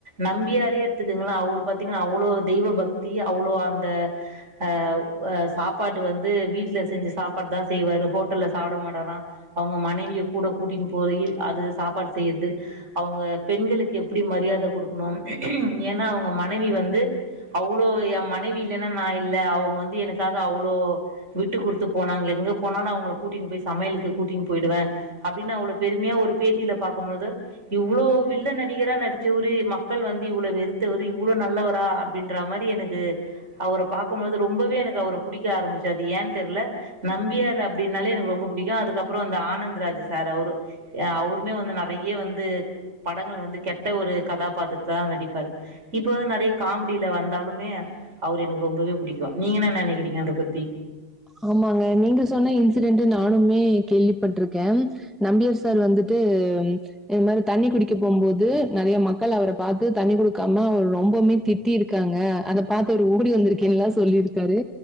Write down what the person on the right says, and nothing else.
நம்பியாரே எத்துக்குங்ள அவுரு பாத்தீங்ன்னா அவ்ளோ தெய்வ பக்தி அவ்ளோ அந்த ஆவ் அ சாப்பாட்டு வந்து வீட்ல செஞ்ச சாப்பாடு தா செய்வாரு ஹோட்டல்ல சாப்ட மாட்டாறா அவங்க மனைவிய கூட கூட்டின் போயி அது சாப்பாடு செய்யது அவங்க பெண்களுக்கு எப்டி மரியாத கொடுக்கணும் ஏன்னா அவங்க மனைவி வந்து அவ்ளோ எ மனைவி இல்லன்னா நா இல்ல அவங்க வந்து எனக்காக அவ்ளோ விட்டு குடுத் து போனாங்க எங்க போனாலு அவங்கல கூட்டின்னு போய் சமையலுக்கு கூட்டின் போய்டுவே அப்டின்னு அவ்ளோ பெருமையா ஒரு பேட்டியில பாக்கும் பொழுது இவ்ளோ வில்ல நடிகரா நடிச்ச ஒரு மக்கள் வந்து இவ்ளோ வெறுத்தவரு இவ்வளோ நல்லவரா அப் டின்ற மாரி எனக்கு அவர பாக்கும் பொழுது ரொம்பவே எனக்கு அவர புடிக்க ஆரம்பிச்சது ஏன் தெர்ல நம்பியார் அப்டின்னாலே எனக்கு ரொம்ப புடிக்கும் அதுக்கப்புறோ அந்த ஆனந்த் ராஜ் சார் அவுரு ய அவுருமே வந்து நறைய வந்து படங்கள் வந்து கெட்ட ஒரு கதாபாத்திரத் தா நடிப்பாரு இப்போ வந்து நெறைய காமெடியில வந்தாலுமே அவரு எனக்கு ரொம்பவே புடிக்கு நீங்க என்ன நனைக்கிறீங்க அத பத்தி